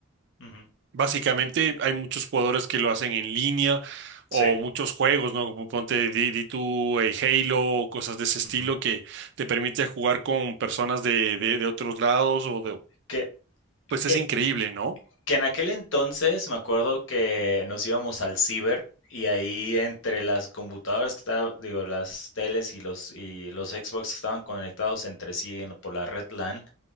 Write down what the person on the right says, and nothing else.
Básicamente hay muchos jugadores que lo hacen en línea o
muchos juegos, ¿no? Como Ponte di, di tú eh, Halo o cosas de ese estilo
que te permite jugar con personas de, de, de otros lados o de...
Pues
es increíble, ¿no?